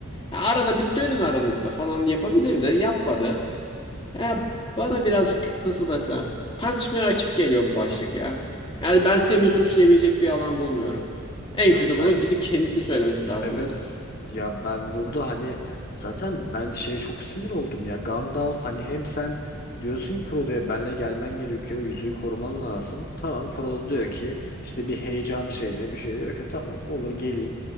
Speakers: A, on the left (about 20°); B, on the left (about 45°).
A: Ya arada bir dönün aranızda falan yapabilir de yapmadı. Ya bana birazcık nasıl desem tartışmaya açık geliyor bu başlık ya. Yani ben Semih
B: hı.
A: suçlayabilecek bir alan bulmuyorum. En
B: Ya
A: kötü
B: ben
A: bunu gidip kendisi söylemesi lazım
B: evet
A: hani.
B: ya ben burada hani zaten ben şeye çok sinir oldum ya Gandalf hani hem sen diyorsun ki Frodo'ya benle gelmen gerekiyor yüzüğü koruman lazım. Tamam Frodo diyor ki işte bir heyecan şeyine bir şey diyor ki tamam olur geleyim.